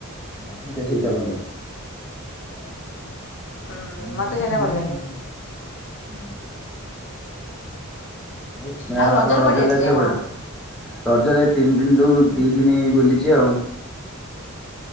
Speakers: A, in the centre; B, on the left.
A: ହଁ ସେଇଟା ସେଇଟା ଭଲ୍‌ ଲାଗେ। <unintelligible>
B: ହୁଁ ମତେ ସେଇଟା ଭଲ ଲାଗେ
A: ମ୍ୟାମ୍,
B: ଆଉ
A: ଆପଣ ରଜରେ
B: କୁଆଡେ
A: ଯାଇଥିଲେ
B: ଆପଣ?
A: କୁଆଡ଼େ? ରଜରେ ତିନ୍ ରୁ ଦି ଦିନି ବୁଲିଚି ଆଉ।